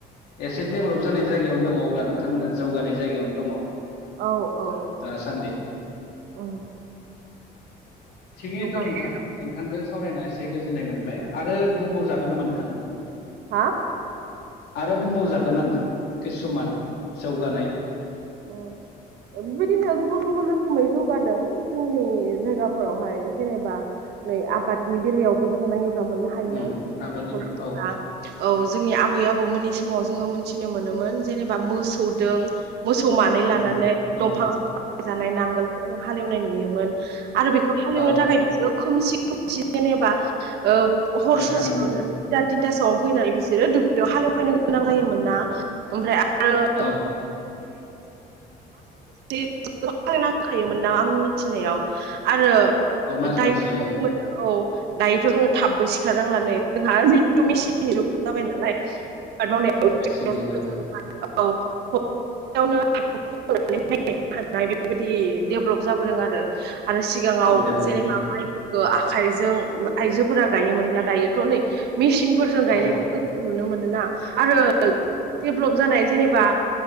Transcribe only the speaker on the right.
औ औ
उम
जौगानाय
हा?
ओ ओ बिदिनो गुबुन गुबुन रोखोम मै जौगादों जोंनि जायगाफोरावहाय जेनेबा नै आबादनि बेलायावबो जों नायोब्ला मोननो हायोना
सिगाङावथ'
जेनेबा
औ जोंनि आबै आबौ मोननि समाव जोङो मोनथिनो मोनोमोन जेनेब बा मोसौदों मोसौ मानै लानानै
दंफांजों बाय जानाय नांगोलफोरजों हालेवनाय नुयोमोन आरो बेखौ हालेवनो
थाखाय बिसोरो खोमसि खोमसि जेनेबा ओ हर ससेयावनो
दुइता थिनथासोआवनो फैनानै बिसोरो दुब्लियाव हालेवफैनो गोनां जायोमोन ना ओमफ्राय <unintelligible>
<unintelligible> नांखायोमोनना आंनि मिनथिनायाव आरो
दायो
जों
नुनो मोनो औ दायोथ' जोङो थाबबो सिखारनांला न जोंहा जिहेथु मिसिननि जुग जाबाय नालाय <unintelligible> बेयावनो
हाखौ फखनानै माइ गायनो हानाय बेफोरबायदि डेभलप जाबोदों आरो आरो सिगाङाव
जेनेबा माइफोरखो आखाइजों आइजोफोरा गायोमोनब्ला दायोथ' नै मेसिनफोरजों गायनायफोरखौ
जों नुनो मोनो। ना आरो डेभेलप जानाय जेनेबा।